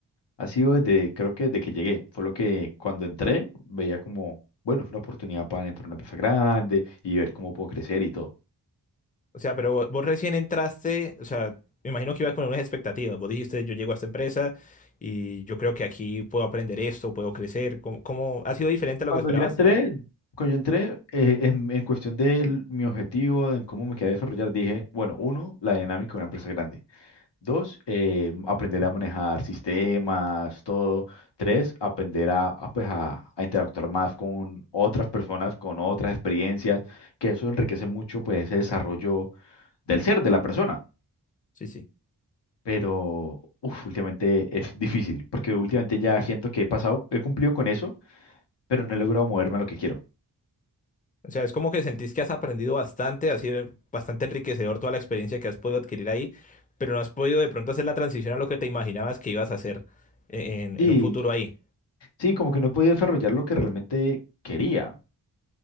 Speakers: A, on the left; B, on the left.
A: ha sido desde, creo que desde que llegué. Fue lo que cuando entré veía como, bueno, fue una oportunidad para entrar a una empresa grande y ver cómo puedo crecer y todo.
B: o sea, pero vos, vos recién entraste, o sea, me imagino que ibas con unas expectativas. Vos dijiste, yo llego a esta empresa y yo creo que aquí puedo aprender esto, puedo crecer. ¿Cómo, cómo- ha sido diferente a lo
A: Cuando
B: que esperabas?
A: yo entré, cuando yo entré, eh, en, en cuestión de mi objetivo, en cómo me quería desarrollar, dije, bueno, uno, la dinámica de una empresa grande. Dos, eh, aprender a manejar sistemas, todo. Tres, aprender a, a, pues, a, a interactuar más con otras personas, con otras experiencias, que eso enriquece mucho pues, ese desarrollo del ser, de la persona.
B: Sí, sí.
A: Pero uf, últimamente es difícil, porque últimamente ya siento que he pasado, he cumplido con eso, pero no he logrado moverme a lo que quiero.
B: O sea, es como que sentís que has aprendido bastante, ha sido bastante enriquecedor toda la experiencia que has podido adquirir ahí, pero no has podido de pronto hacer la transición a lo que te imaginabas que ibas a hacer e, en,
A: Sí,
B: en un futuro ahí.
A: sí, como que no he podido desarrollar lo que realmente quería.